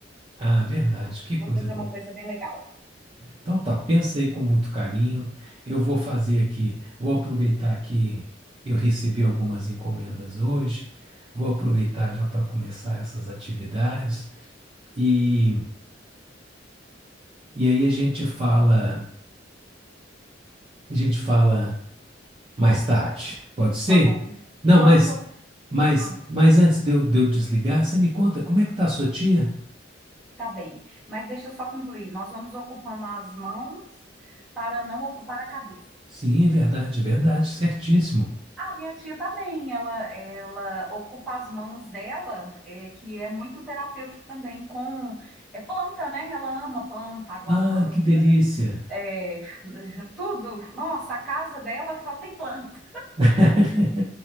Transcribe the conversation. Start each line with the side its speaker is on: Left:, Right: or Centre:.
Right: Ah, verdade, que
Centre: Vou
Right: coisa
Centre: fazer
Right: boa.
Centre: uma coisa bem legal.
Right: Então tá, pensa aí com muito carinho. Eu vou fazer aqui, vou aproveitar que eu recebi algumas encomendas hoje, vou aproveitar
Centre: Hum,
Right: já para começar essas atividades e, e aí a gente fala, a gente fala mais tarde, pode ser?
Centre: Tá bom. hein?
Right: Não,
Centre: E vamos.
Right: mas
Centre: oc-
Right: mas
Centre: ah,
Right: mas antes de eu, de eu desligar, você me conta como é que tá a sua tia?
Centre: tá bem. Mas deixa eu só concluir. Nós vamos ocupando as mãos para não ocupar a cabeça.
Right: Sim, é verdade, é verdade, certíssimo.
Centre: Ah, minha tia tá bem. Ela, ela ocupa as mãos dela, é, que é muito terapêutico também, com. É planta, né? Ela ama planta, água
Right: Ah,
Centre: planta,
Right: que delícia,
Centre: é, <laughs> tudo. Nossa, a casa dela só tem planta.
Right: <laughs>